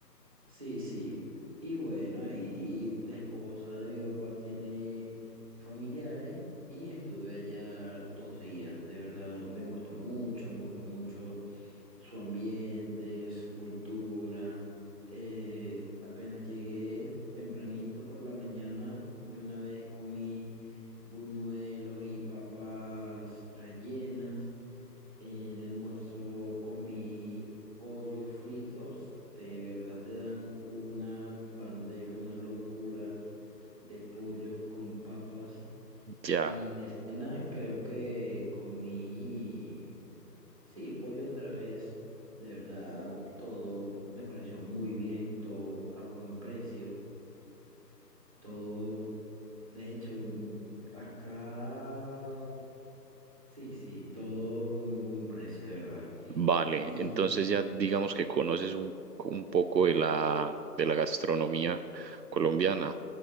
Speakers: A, on the right; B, on the right.
A: Sí, sí. Y bueno, ahí la esposa de mi papá tiene familiares y estuve allá dos días. De verdad, me gustó mucho, me gustó mucho su ambiente, su cultura. Eh, apenas llegué tempranito por la mañana, de una vez comí buñuelos y papas rellenas. Eh, de almuerzo comí pollos fritos. De verdad te dan una bandeja, una locura de pollo con papas.
B: Ya.
A: Y de cena creo que comí Sí, Pollo otra vez, de verdad, todo me pareció muy bien, todo a buen precio, todo, de hecho, mm, acá, sí, sí, todo muy buen precio, de verdad.
B: Vale,
A: Y
B: entonces ya digamos que conoces un, un poco de la, de la gastronomía colombiana